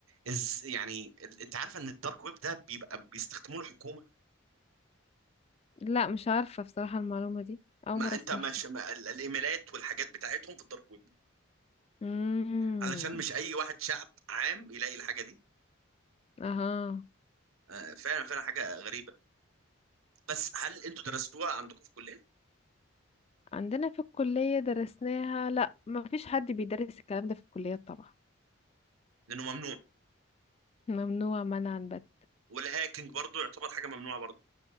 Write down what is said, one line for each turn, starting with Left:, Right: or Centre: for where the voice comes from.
Right: از يعني ال- انت عارفه ان الدارك ويب ده بيبقى بيستخدموه الحكومه
Left: لا مش عارفة بصراحة المعلومة دي اول
Right: ما
Left: مرة
Right: انت
Left: اسمعها
Right: مش ما ال- الايميلات والحاجات بتاعتهم في الدارك ويب
Left: امم
Right: علشان مش اي واحد شعب عام يلاقي الحاجه دي
Left: اها
Right: آه، فعلا فعلا حاجه غريبه بس هل انتوا درستوها عندكم في الكليه
Left: عندنا في الكلية درسناها لا ما فيش حد بيدرس الكلام ده في الكلية طبعا
Right: لانه ممنوع
Left: ممنوع منعا بت
Right: والهاكينج برضو يعتبر حاجه ممنوعه برضو